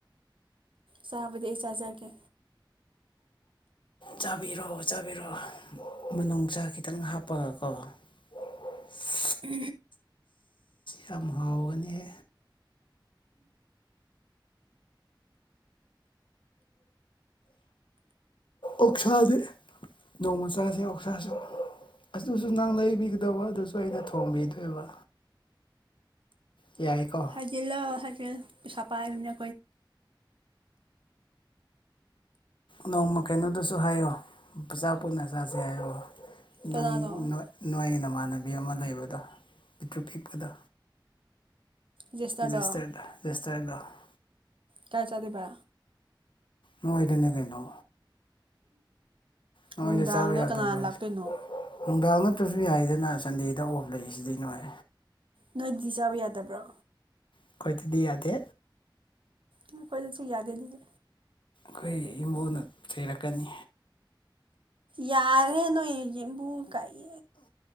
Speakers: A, on the right; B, on the left.
A: ꯆꯥꯕꯗꯤ ꯑꯩ ꯆꯥꯖꯒꯦ
B: ꯆꯥꯕꯤꯔꯛꯣ ꯆꯥꯕꯤꯔꯣꯑꯣ ꯃꯅꯨꯡ ꯆꯥ ꯈꯤꯇꯪ ꯍꯥꯞꯄꯒꯀꯣ <unintelligible> <inaudible>
A: ꯎ
B: ꯌꯥꯝ ꯍꯥꯎꯒꯅꯤꯍꯦ ꯑꯣꯛꯁꯥꯗꯤ ꯅꯣꯡꯃ ꯆꯥꯁꯦ ꯑꯣꯛꯁꯥꯁꯦ ꯑꯗꯨꯁꯨ ꯅꯪ ꯂꯩꯕꯤꯒꯗꯧꯕ ꯑꯗꯨꯁꯨ ꯑꯩꯅ ꯊꯣꯡꯕꯤꯗꯣꯏꯕ ꯌꯥꯏꯀꯣ
A: ꯍꯥꯢꯖꯤꯟꯂꯣ ꯍꯥꯢꯖꯤꯟꯂꯣ ꯑꯩꯈꯣꯢꯗꯤ ꯄꯩꯁꯥ ꯄꯥꯢꯕꯅꯤꯅ
B: ꯅꯣꯡꯃ ꯀꯩꯅꯣꯗꯨꯁꯨ ꯍꯥꯏꯌꯣ ꯑꯆꯥꯄꯣꯠ ꯑꯣꯢꯅ ꯆꯥꯁꯦ ꯍꯥꯏꯌꯣ
A: ꯀꯅꯥꯅꯣ
B: ꯅꯪ ꯅꯣꯏ ꯅꯣꯏ ꯅꯃꯥꯟꯅꯕꯤ ꯑꯃ ꯂꯩꯕꯗꯣ ꯄꯤꯇꯨ ꯄꯤꯛꯄꯗꯣ
A: ꯖꯦꯁꯇꯔꯗꯣ
B: ꯁꯇꯔꯗꯁꯇꯗ <inaudible>
A: ꯀꯥꯏ ꯆꯥꯗꯣꯢꯕꯥ
B: ꯅꯣꯢꯗꯅꯤ ꯀꯩꯅꯣ ꯅꯣꯏꯗ
A: ꯅꯨꯡꯗꯥꯡꯗꯣ
B: ꯆꯥꯕ ꯌꯥꯗꯕ꯭ꯔꯣ
A: ꯀꯅꯥꯅ
B: ꯍꯥꯏꯁꯦ
A: ꯂꯥꯛꯇꯣꯏꯅꯣ
B: ꯅꯨꯡꯗꯥꯡ ꯅꯠꯇ꯭ꯔꯁꯨ ꯌꯥꯏꯗꯅ ꯁꯟꯗꯦꯗ ꯑꯣꯐ ꯂꯩꯔꯤꯁꯤꯗꯤ ꯅꯣꯢ
A: ꯅꯣꯏꯗꯗꯤ ꯆꯥꯕ ꯌꯥꯗꯕ꯭ꯔꯣ
B: ꯑꯩꯈꯣꯏꯗꯗꯤ ꯌꯥꯗꯦ
A: ꯑꯩꯈꯣꯏꯗꯁꯨ ꯌꯥꯗꯦ ꯑꯗꯨꯗꯤ
B: ꯑꯩꯈꯣꯏ ꯏꯃꯨꯡꯅ ꯆꯩꯔꯛꯀꯅꯤ
A: ꯌꯥꯔꯦ ꯅꯣꯏ ꯢꯃꯨꯡ ꯀꯩ